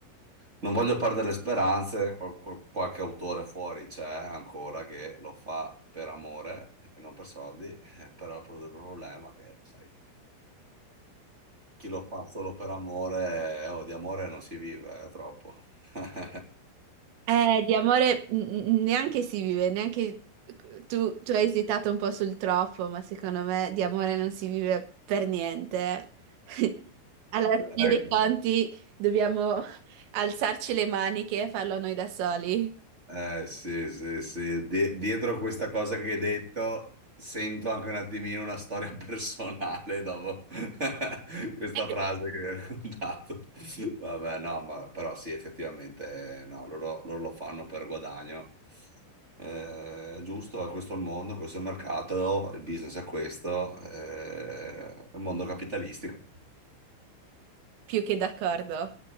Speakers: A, on the right; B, on the right.
A: non voglio perdere le speranze, qual- qual- qualche autore fuori c'è ancora che lo fa per amore e non per soldi, <laughs> eh, però il pro- il problema è che, sai, chi lo fa solo per amore, eh, oh, di amore non si vive, eh, troppo. <laughs>
B: Eh, di amore mm, mm, neanche si vive, neanche tu, tu hai esitato un po' sul troppo, ma secondo me di amore non si vive per niente. <laughs> Alla fine
A: Ecco.
B: dei conti dobbiamo alzarci le maniche e farlo noi da soli,
A: Eh, sì, sì, sì. Die- dietro questa cosa che hai detto, sento anche un attimino una storia personale dopo <laughs> questa
B: <laughs>
A: frase che hai raccontato. Vabbè, no, ma, però sì, effettivamente, no, loro, loro lo fanno per guadagno. Eh, giusto, questo è il mondo, questo è il mercato, il business è questo, eh, è il mondo capitalistico.
B: più che d'accordo.